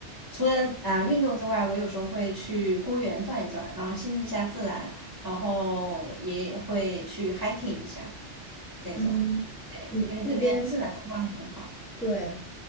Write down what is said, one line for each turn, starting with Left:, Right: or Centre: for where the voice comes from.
Right: 除了啊、运动之外，我有时候会去公园转一转，然后亲近一下自然，然后也会去 hiking 一下这种，
Centre: 嗯，你那边，
Right: 因为这边自然风光还挺好。
Centre: 对，